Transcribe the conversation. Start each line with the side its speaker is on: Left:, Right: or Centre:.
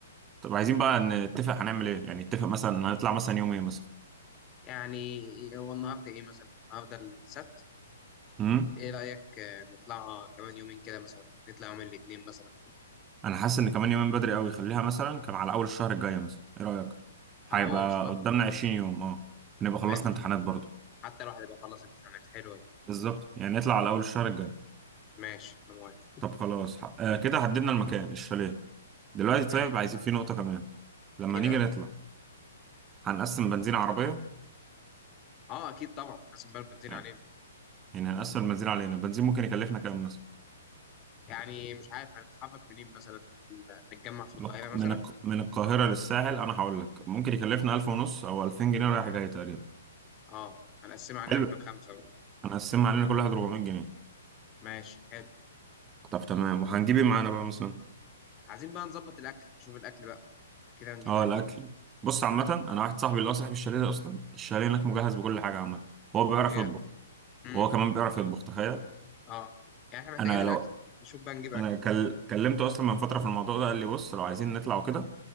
Right: طب عايزين بقى نتفق هنعمل ايه يعني نتفق مثلا هنطلع مثلا يوم ايه مثلا
Left: يعني هو النهارده ايه مثلا النهارده السبت
Right: امم
Left: ايه رايك آه، نطلع كمان يومين كده مثلا نطلع يوم الاثنين مثلا
Right: انا حاسس ان كمان يومين بدري قوي خليها مثلا كان على اول الشهر الجاي مثلا ايه رايك
Left: على
Right: هيبقى
Left: اول الشهر
Right: قدامنا 20 يوم اه نبقى خلصنا
Left: ماشي
Right: امتحانات برضه
Left: حتى الواحد يبقى خلص امتحانات حلوه دي
Right: بالظبط يعني نطلع على اول الشهر الجاي
Left: ماشي انا موافق
Right: طب خلاص ح- آه كده حددنا المكان الشاليه دلوقتي طيب
Left: امم
Right: عايزين في نقطة كمان لما
Left: ايه
Right: نيجي
Left: بقى
Right: نطلع هنقسم بنزين عربية
Left: اه اكيد طبعا حاسس بقى بنزين
Right: يعني
Left: علينا
Right: يعني هنقسم البنزين علينا البنزين ممكن يكلفنا كام مثلا
Left: يعني مش عارف هنتحرك منين مثلا ال- نتجمع في القاهره
Right: من
Left: مثلا
Right: من الق- من القاهرة للساحل أنا هقول لك ممكن يكلفنا ألف ونص أو ألفين جنيه رايح جاي تقريبا
Left: اه هنقسمها علينا
Right: حلو
Left: احنا الخمسه بقى
Right: هنقسمها علينا كل واحد 400 جنيه
Left: ماشي حلو
Right: طب تمام وهنجيب ايه معانا بقى مثلا
Left: عايزين بقى نظبط الاكل نشوف الاكل بقى كده هنجيب
Right: اه
Left: اكل
Right: الأكل بص عامة أنا واحد صاحبي اللي هو صاحب الشاليه ده أصلا الشاليه هناك مجهز بكل حاجة عامة هو بيعرف
Left: بجد
Right: يطبخ
Left: امم
Right: وهو كمان بيعرف يطبخ تخيل
Left: اه يعني احنا محتاجين
Right: أنا
Left: الاكل
Right: لو
Left: نشوف بقى نجيب اكل
Right: انا كل... كلمته اصلا من فتره في الموضوع ده قال لي بص لو عايزين نطلع وكده